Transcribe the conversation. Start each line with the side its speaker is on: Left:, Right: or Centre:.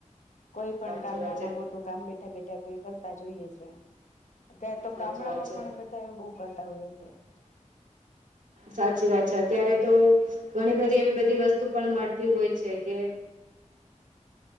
Left: કોઈ પણ
Right: સાચી
Left: કામ
Right: વાત
Left: નાના
Right: છે
Left: મોટું કામ બેઠા બેઠા કોઈ કરતા જોઈએ છે અત તો
Right: સાચી
Left: ગામડામાં
Right: વાત છે
Left: પણ બધા એવું બહુ કરતા હોય છે
Right: સાચી વાત છે અત્યારે તો ઘણી બધી એવી બધી વસ્તુ પણ મળતી હોય છે કે